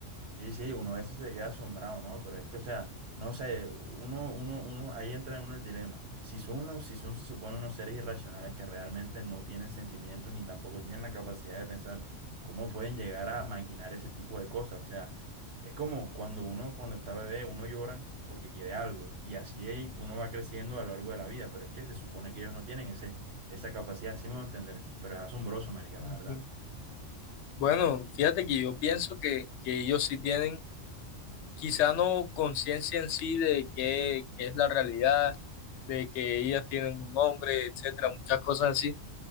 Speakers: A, on the right (about 65°); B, on the left (about 70°).
A: sí, sí, uno a veces se queda asombrado, ¿no? Pero es que, o sea, no sé, uno, uno, uno, ahí entra en uno el dilema. Si son unos, si son, se supone, unos seres irracionales que realmente no tienen sentimientos ni tampoco tienen la capacidad de pensar, ¿cómo pueden llegar a maquinar ese tipo de cosas? O sea, es como cuando uno, cuando está bebé, uno llora porque quiere algo y así uno va creciendo a lo largo de la vida, pero es que se supone que ellos no tienen ese, esa capacidad, así me voy a entender, pero es asombroso, marica, la
B: Ujú.
A: verdad.
B: Bueno, fíjate que yo pienso que, que ellos sí tienen, quizá no conciencia en sí de qué, qué es la realidad, de que ellas tienen un nombre, etcétera, muchas cosas así,